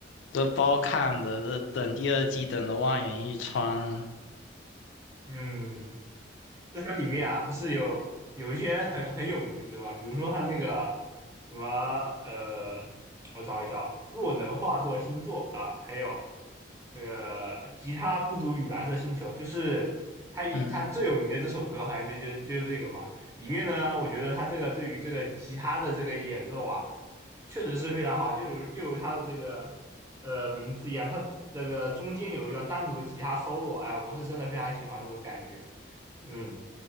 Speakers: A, on the left; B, on the right.
A: 这包看的，这等第二季等的望眼欲穿。
B: 嗯。在它里面啊，不是有有一些很很有名的歌嘛，比如说它那个什么呃，我找一找，若能化作星座啊，还有这个吉他孤独与蓝色星球，就是它以它最有名的这首歌，
A: 嗯，
B: 好像就就就是这个嘛。里面呢，我觉得它这个对于这个吉他的这个演奏啊，确实是非常好，就如就如它的这个呃名字一样，它那个中间有一段单独的吉他 solo，哎，我是真的非常喜欢这种感觉，嗯。